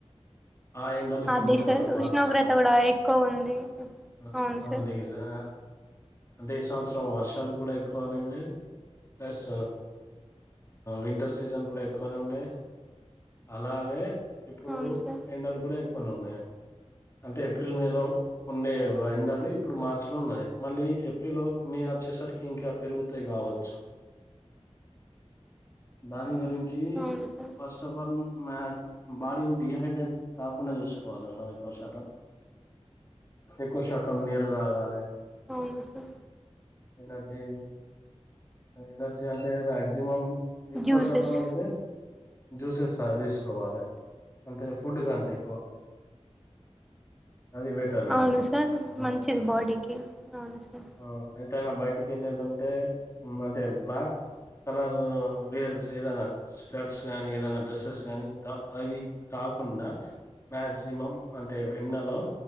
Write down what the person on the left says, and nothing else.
ఆ ఎండలు ఇప్పుడున్నాయి
మేడం
మార్చ్‌లో.
ఆ!
ఆ!
డిగ్రీస్ ఆ! అంటే ఈ సంవత్సరం వర్షాలు కూడా ఎక్కువనే ఉన్నాయి ప్లస్ వింటర్ సీజన్ కూడా ఎక్కువనే ఉన్నాయి అలాగే ఇప్పుడు
ఎప్పుడే ఎక్కువాన్ వున్నయే అంటే ఏప్రిల్ మే లో ఉండే ఎండలు ఇప్పుడు మార్చి లో ఉన్నాయ్ మళ్ళీ ఏప్రిల్ మే వచ్చేరికి ఇంకా పెరుగుతాయి కావచ్చు దా గుంచి
ఫస్ట్ ఆఫ్ ఆల్ మీకు బాడిని డిహైడ్రేట్ కాకుండా చూసుకోవాలి మేడం ఎక్కువ శాతం ఎక్కువ శాతం నీరు తాగాలి
ఎనర్జీ ఎనర్జీ అంటే మాక్సిమం మాక్సిమం ఎక్కువ
శాతం అయితే జూసెస్ ఆ తీసుకోవాలి అంటే ఫుడ్ కంటే ఎక్కువ అది బెటర్ మేడం
ఆ
ఆ ఎంతైనా బయటికి వెళ్ళేది ఉంటే అంటే బ్లాక్ కలర్ వేర్ ఏదైనా షర్ట్స్ కానీ ఏదన్న డ్రెస్సెస్ గానీ అది కాకు కాకుండా మాక్సిమం అంటే ఎండలో